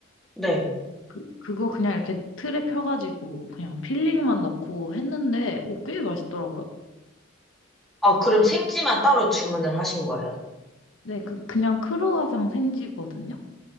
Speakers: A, in the centre; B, on the left.
A: 네.
B: 그, 그거 그냥 이렇게 틀에 펴가지고 그냥 필링만 넣고 했는데 오, 꽤 맛있더라고요.
A: 아, 그럼 생지만 따로 주문을 하신 거예요?
B: 네, 그 그냥 크루아상 생지거든요.